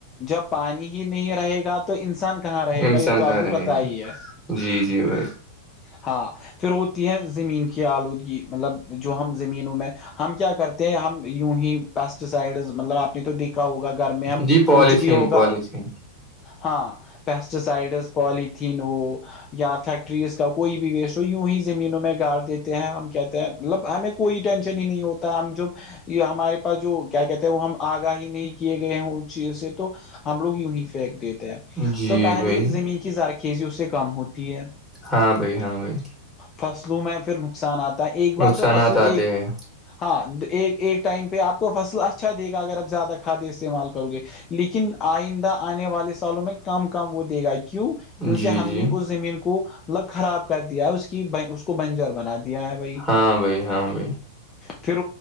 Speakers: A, on the left; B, in the centre.
A: جب پانی ہی نہیں رہے گا تو انسان کہاں رہے
B: انسان
A: گا یہ تو
B: کہاں
A: آپ کو
B: رہے
A: پتا
B: گا
A: ہی ہے
B: جی جی بھائی
A: ہاں پھر ہوتی ہے زمین کی آلودگی مطلب جو ہم زمینوں میں ہم کیا کرتے ہیں ہم یوں ہی پیسٹیسائڈز مطلب آپ نے تو دیکھا ہوگا گھر میں ہم
B: جی پالیتھین
A: کچھ بھی ہوگا
B: پالیتھین
A: ہاں پیسٹی سائڈز پوالیتھیین ہو یا فیکٹریز کا کوئی بھی ویسٹ ہو یوں ہی زمینوں میں گاڑ دیتے ہیں ہم کہتے ہیں مطلب ہمیں کوئی ٹینشن ہی نہیں ہوتا ہم جب یہ ہمارے پاس جو کیا کہتے ہیں وہ ہم آگاہی نہیں کیے گئے ہ چیز سے تو ہم لوگ یوں ہی پھینک دیتے ہیں
B: جی
A: تو پہلے
B: بھائی
A: ہی زمین کی زارقی چیزے اس سے کم ہوتی ہے
B: ہاں بھائی ہاں بھائی
A: فصلوں میں پھر نقصان آتا ہے ایک بار
B: نقصانات
A: تو فصل
B: آتے
A: ایک
B: ہیں
A: ہاں ایک ایک ٹائم پہ آپ کو فصل اچھا دے گا اگر آپ زیادہ کھاد استعمال کرو گے لیکن آئندہ آنے والے سالوں میں کام کام وہ دے گا کیوں کیونکہ
B: جی
A: ہم
B: جی
A: نے اس زمین کو لگ خراب کر دیا ہے اس کی ب اس کو بنجر بنا دیا ہے بھائی
B: ہاں بھائی ہاں بھائی
A: پھر